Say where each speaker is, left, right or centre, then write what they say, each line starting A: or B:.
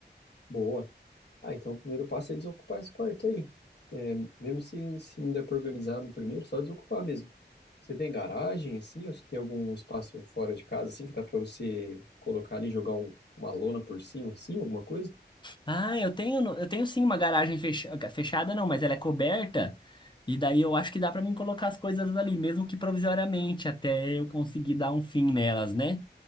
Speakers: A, on the left; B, on the left.
A: Boa. Ah, então o primeiro passo é desocupar esse quarto aí. É, mesmo se, se não der para organizar no primeiro, só desocupar mesmo. Você tem garagem, assim, ou você tem algum espaço fora de casa, assim, que dá para você colocar ali, jogar um- uma lona por cima, assim, alguma coisa?
B: Ah, eu tenho, no- eu tenho sim uma garagem fecha- fechada, não, mas ela é coberta. E daí eu acho que dá para mim colocar as coisas ali, mesmo que provisoriamente, até eu conseguir dar um fim nelas, né?